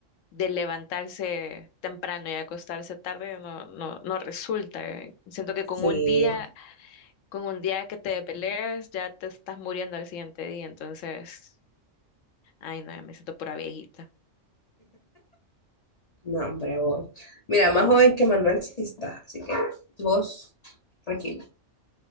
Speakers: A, on the left; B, on the left.
A: de levantarse temprano y acostarse tarde no, no, no resulta. eh. Siento que con
B: Sí,
A: un día, con un día que te pelees, ya te estás muriendo al siguiente día. Entonces, ay no, ya me siento pura viejita.
B: no, hombre, vos. Mira, más joven que Manuel sí estás, así que vos, tranquila